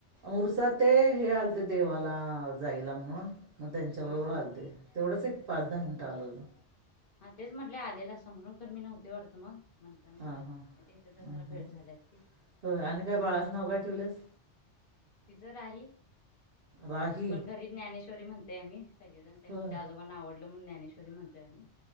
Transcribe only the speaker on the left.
हा हा
ते
होय
होय.
हा तेच म्हटले आलेलं असं म्हणून तर मी नव्हती वाटतं मग म्हणताना म्हटलं
इथे तर
जरा
भेट झाली असती
ति ज राही
पण घरी ज्ञानेश्वरी म्हणते आम्ही सगळे जण त्यांच्या
आजोबांना आवडत म्हटलं मून ज्ञानेश्ी म्हणतोय मी